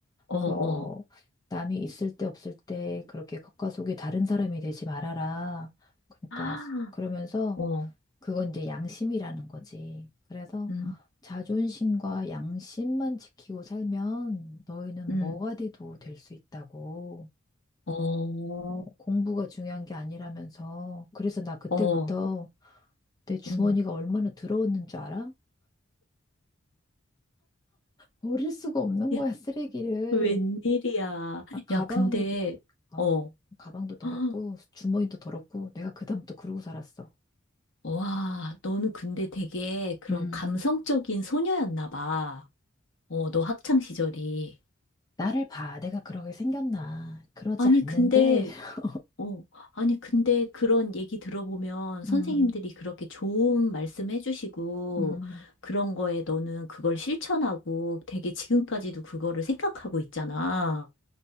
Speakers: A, on the left (about 65°); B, on the left (about 20°).
A: 어, 어,
B: 그, 어, 남이 있을 때 없을 때 그렇게 겉과 속이 다른 사람이 되지 말아라. 그러니까,
A: 아,
B: 그러면서,
A: 어,
B: 그건 이제 양심이라는 거지. 그래서,
A: 음,
B: 자존심과 양심만 지키고 살면 너희는
A: 음,
B: 뭐가 돼도 될 수 있다고.
A: 어,
B: 어, 공부가 중요한 게 아니라면서. 그래서 나 그때부터
A: 어,
B: 내 주머니가
A: 음.
B: 얼마나 더러웠는 줄 알아? 버릴 수가 없는 거야,
A: 야,
B: 쓰레기를.
A: 웬일이야.
B: 아, 가방에도,
A: 야, 근데,
B: 아,
A: 어,
B: 가방도 더럽고,
A: 헉,
B: 주머니도 더럽고, 내가 그다음부터 그러고 살았어.
A: 와, 너는 근데 되게 그런
B: 음,
A: 감성적인 소녀였나 봐. 어, 너 학창 시절이.
B: 나를 봐. 내가 그러게 생겼나. 그러지
A: 아니,
B: 않는데,
A: 근데
B: <laughs>
A: 어, 아니, 근데 그런 얘기 들어보면 선생님들이
B: 음,
A: 그렇게 좋은 말씀 해주시고
B: 음.
A: 그런 거에 너는 그걸 실천하고 되게 지금까지도 그거를 생각하고 있잖아.